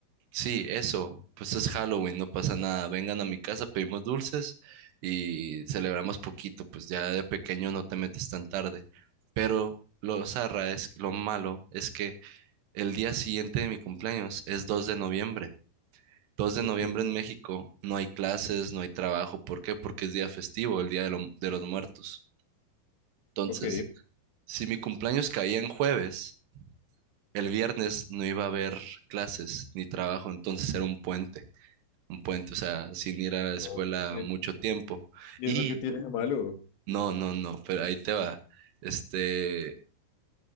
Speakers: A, on the right; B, on the left.
A: Sí, eso, pues es Halloween, no pasa nada. Vengan a mi casa, pedimos dulces y celebramos poquito, pues ya de pequeño no te metes tan tarde. Pero lo zarra es, lo malo es que el día siguiente de mi cumpleaños es 2 de noviembre. Dos de
B: Ok,
A: noviembre en México no hay clases, no hay trabajo. ¿Por qué? Porque es día festivo, el día de, lo- de los muertos. Entonces,
B: ok,
A: si mi cumpleaños caía en jueves, el viernes no iba a haber clases ni trabajo, entonces era un puente. un puente, o sea, sin ir a la escuela
B: ok.
A: mucho tiempo.
B: ¿Y
A: Y
B: eso qué tiene de malo?
A: no, no, no, pero ahí te va. Este,